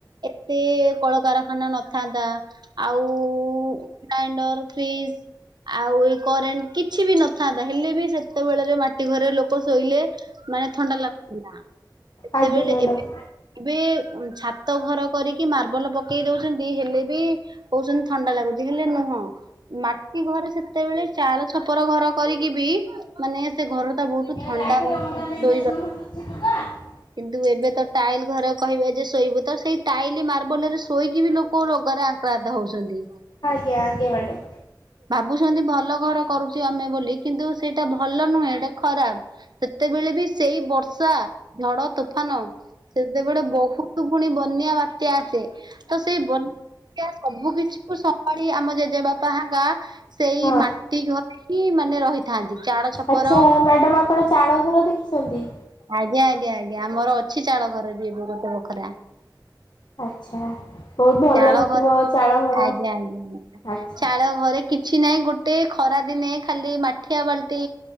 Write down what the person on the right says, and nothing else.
ଏତେ କଳକାରଖାନା ନ ଥାନ୍ତା ଆଉ ଗ୍ରାଇଣ୍ଡର, ଫ୍ରିଜ ଆଉ ଏ କରେଣ୍ଟ କିଛି ବି ନଥାନ୍ତା ହେଲେ ବି ସେତେବେଳେରେ ମାଟି ଘରେ ଲୋକ ଶୋଇଲେ ମାନେ ଥଣ୍ଡା ଲାଗୁଥିଲା। ସେତେବେଳେ
ଏବେ ଏବେ ଛାତ ଘର କରିକି ମାର୍ବଲ ପକେଇ ଦଉଛି। ହେଲେ ବି କହୁସନ୍ତି ଥଣ୍ଡା ଲାଗୁଛି ହେଲେ ନୁହଁ ମାଟି ଘରେ ସେତେବେଳେ ଚାଳ ଛପର ଘର କରିକି ବି ମାନେ ସେ ଘର ତା ବହୁତ ଥଣ୍ଡା
ଶୋଇବା
କିନ୍ତୁ ଏବେ ତ ଟାଇଲ ଘରକହିବେ ଯେ ଶୋଇବୁ ତ ସେଇ ଟାଇଲ ମାର୍ବଲ ରେ ଶୋଇକି ବି ଲୋକ ରୋଗରେ ଆକ୍ରାନ୍ତ ହଉସନ୍ତି।
ଭାବୁଛନ୍ତି ଭଲ ଘର କରୁଛୁ ଆମେ ବୋଲି କିନ୍ତୁ ସେଇଟା ଭଲ ନୁହେଁ ଏଟା ଖରାପ ସେତେ ବି ଳେ ବି ସେଇ ବର୍ଷା ଝଡ ତୋଫାନ ସେତେବେଳେେ ବହୁତ ଫୁଣି ବନ୍ୟା ବାତ୍ୟା ଆସେ ତ ସେଇ ସବୁ କିଛି କୁ ସମାଳି ଆମ ଜେଜେବାପା ହକା ସେଇ
ମାଟି ଘରିକି ମା ମାନେ ରହିଥାନ୍ତି। ଚାଳ ଛପର
ଆଜ୍ଞା ଆଜ୍ଞା ଆଜ୍ଞା ଆମର ଅଛି ଚାଳ ଘର ବି ଏବେ ଗୋଟେ ବଖରା।
ଚାଳ
ଘର
ଆଜ୍ଞା ଆଜ୍ଞା ଆା
ଚାଳ ଘରେ କିଛି ନାହିଁ ଗୋ ଟେ ଖରା ଦିନେ ଖାଲି ମାଠିଆ ବାଲ୍ଟି